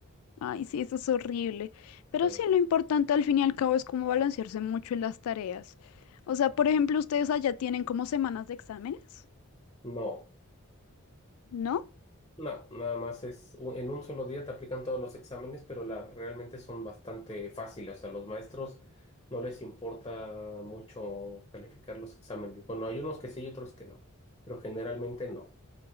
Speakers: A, on the left (about 75°); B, on the left (about 20°).
A: Ay, sí, eso es horrible. Pero
B: Eh,
A: sí, lo importante al fin y al cabo es cómo balancearse mucho en las tareas. O sea, por ejemplo, ustedes allá tienen como semanas de exámenes,
B: no.
A: ¿no?
B: No, nada más es un- en un solo día te aplican todos los exámenes, pero la, realmente son bastante fáciles. O sea, los maestros no les importa mucho calificar los exámenes. Bueno, hay unos que sí y otros que no, pero generalmente no.